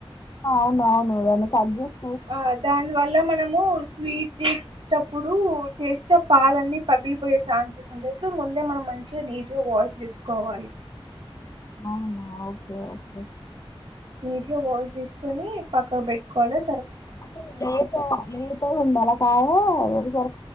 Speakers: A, on the left (about 35°); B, on the right (about 60°).
A: అవును అవును దాన్ని కట్జేసి
B: ఆ దాని వల్ల మనము స్వీట్ చేసేటప్పుడు చేస్తే పాలన్నీ పగిలిపోయే ఛాన్సెస్ ఉంటాయి సో ముందే మనం మంచిగా నీట్ గా వాష్ చేసుకోవాలి
A: అవునా ఓకే ఓకే
B: నీటిగా వాష్ చేసుకొని పక్కకు పెట్టుకోవాలే
A: అంటే లేత లేత ఉండాలా పాలు ఓ వేబిజారు